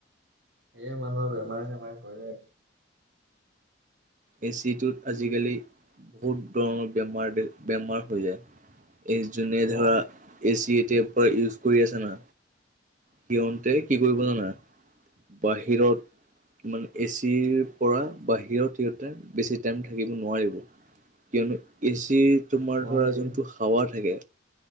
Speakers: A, on the right; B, on the right.
A: সেয়ে মানুহৰ বেমাৰে চেমাৰ কৰে।
B: এচিটোত আজিকালি বহুত ধৰণৰ বেমাৰ বেমাৰ হৈ যায়। এই যোনে ধৰা
A: অ
B: এ চি টেপৰ ইউজ কৰি আছে না সিহঁতে
A: উম,
B: কি কৰিব জানা। বাহিৰত মানে এচিৰ পৰা বাহিৰত সিহঁতে বেছি টাইম থাকিব নোৱাৰিব কিয়নো এ চি তোমাৰ
A: নোৱাৰি
B: ধৰা যোনটো হাৱা থাকে।